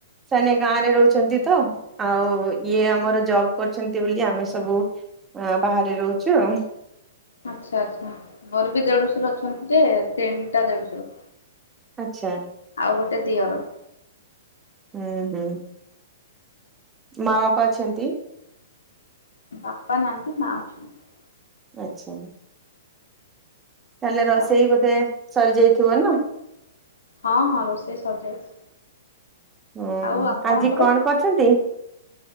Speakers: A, on the right; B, on the left.
A: ସେମାନେେ ଗାଁ ରେ ରହୁଛନ୍ତି ତ, ଆଉ ଇଏ ଆମର ଜବ୍ କରୁଛନ୍ତି ବୋଲି ଆମେ ସବୁ ଅ ବାହାରେ ରହୁଛୁ ଆଉ।
B: ଆଚ୍ଛା ଆଚ୍ଛା ମୋର ବି ଦେଡୁଶର ଅଛନ୍ତି ଯେ ତିନିଟା ଦେଢଶୁର
A: ଆଚ୍ଛା
B: ଆଉ ଗୋଟେ ଦିଅର।
A: ହୁଁ ହୁଁ। ମା ବାପା ଅଛନ୍ତି?
B: ବାପା ନାହାନ୍ତି ମା ଅଛନ୍ତି।
A: ଆଛା। ତାହେଲେ ରୋଷେଇ
B: ଆଉ
A: ବୋଧେ ସରିଯାଇଥିବ ନା?
B: ହଁ ହଁ ରୋଷେଇ ସରିଯାଇଛି।
A: ହୁଁ
B: ଆଉ ଆପଣଙ୍କର?
A: ଆଜି କଣ କରିଛନ୍ତି?